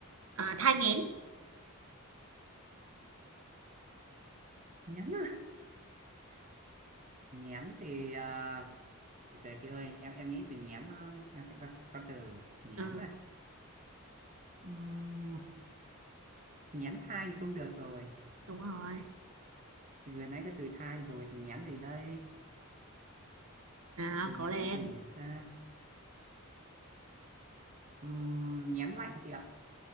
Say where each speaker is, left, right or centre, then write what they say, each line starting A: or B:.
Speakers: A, on the right; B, on the right.
A: à, thai nghén,
B: Nghén à. Nghén thì à, từ từ chị ơi, em em nghĩ từ nghén nó- em sẽ có có từ nghén
A: ừ,
B: à. Ừm, nghén thai thì không được rồi
A: đúng rồi.
B: thì vừa nãy có từ thai rồi thì nhém gì đây
A: Nào,
B: nhém
A: cố lên,
B: gì ta Ừm, nhém lạnh chị ạ